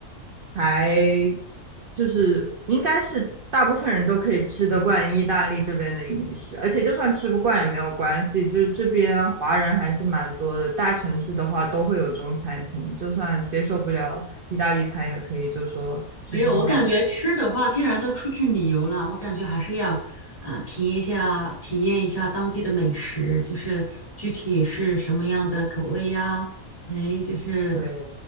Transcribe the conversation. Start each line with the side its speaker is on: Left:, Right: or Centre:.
Right: 还就是应该是大部分人都可以吃得惯意大利这边的饮食，而且就算吃不惯也没有关系，就是这边华人还是蛮多的，大城市的话都会有中餐厅，就算接受不了意大利餐，也可以就说去中餐厅。
Left: 没有，我感觉吃的话，既然都出去旅游了，我感觉还是要呃体验一下，体验一下当地的美食，就是具体是什么样的口味呀？哎，就是
Right: 对，